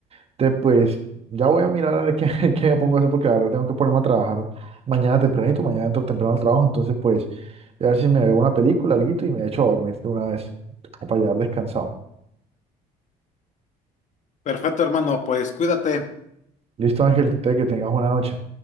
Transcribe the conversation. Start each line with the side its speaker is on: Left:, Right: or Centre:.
Right: Entonces, pues ya voy a mirar a ver qué, <laughs> qué me pongo a hacer porque la verdad tengo que ponerme a trabajar mañana tempranito, mañana entro temprano al trabajo, entonces pues a ver si me veo una película, alguito y me echo a dormir de una vez, como para llegar descansado.
Left: Perfecto, hermano, pues cuídate.
Right: Listo, Ángel, te que tengas buena noche.